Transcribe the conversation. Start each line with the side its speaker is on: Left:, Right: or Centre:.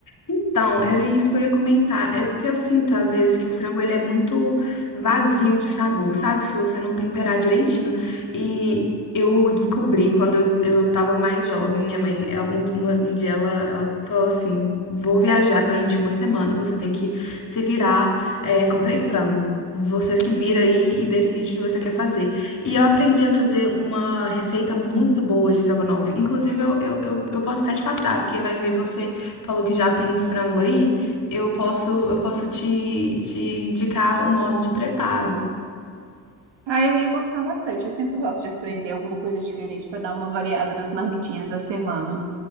Left: Então, era isso que eu ia comentar. É porque eu sinto às vezes que o frango ele é muito vazio de sabor, sabe? Se você não temperar direitinho. E eu descobri quando eu, eu tava mais jovem, minha mãe, ela- um, uma- um dia ela, ela falou assim: Vou viajar durante uma semana, você tem que se virar. é, comprei frango. Você se vira aí e decide o que você quer fazer. E eu aprendi a fazer uma receita muito boa de estrogonofe. Inclusive, eu, eu, eu, eu posso até te passar, porque vai ver você falou que já tem o frango aí, eu posso, eu posso te, te indicar o modo de preparo.
Right: Ah, eu ia gostar bastante. Eu sempre gosto de aprender alguma coisa diferente para dar uma variada nas marmitinhas da semana.